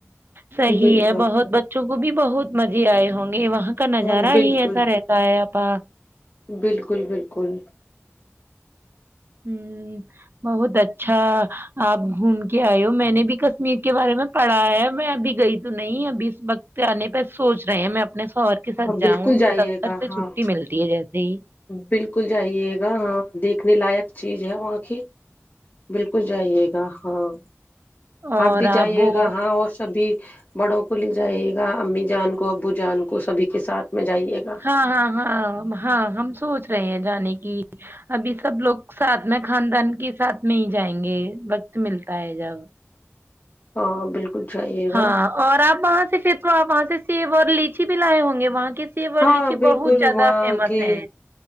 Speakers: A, on the right (about 45°); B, on the left (about 40°).
A: صحی
B: بالکل
A: ہے بہت بچوں کو بھی بہت مزے آئے ہوں گے وہاں یہاں کا نظارہ
B: ہاں بالکل
A: ہی ایسا رہتا ہے اب پاک
B: بالکل بالکل
A: ہوں بہت اچھا آپ گھوم کے آئے ہو میں نے بھی کشمیر کے بارے میں پڑھا ہے میں ابھی گئی تو نہیں ابھی اس وقت تان نہیں بس سوچ رہے ہیں میں اپ سو اور کے ساتھ
B: ہاں
A: جاؤں
B: بالکل
A: ان کو
B: جائیے
A: دفتر
B: گا
A: سے
B: ہاں
A: چھٹی ملتی ہے جیسے ہی
B: بالکل جائیے گا ہاں دیکھنے لائق چیز ہے وہاں کی بالکل کو جائیے گا ہاں
A: اور
B: آپ بھی جائیے
A: وہ
B: گا ہاں اور سب سبھی بڑوں کو لے جائے گا امی جان کو ابو جان کو سبھی کے ساتھ میں جائیے گا
A: ہاں ہاں ہاں ہاں ہم سوچ رہے ہیں جانے کی ابھی سب لوگ ساتھ میں خاندان کے ساتھ میں ہی جائیں گے وقت ملتا ہے جب
B: ہاں بالکل جائیے گا
A: ہاں اور آپ وہاں سے پھر تو ہو آپ وہاں سے سیب اور لیچی بھی لائے ہوں گے وہاں کے سیور
B: ہاں
A: لیچی
B: بالکل
A: بہت زیادہ
B: وہاں
A: فیمس
B: کے
A: ہے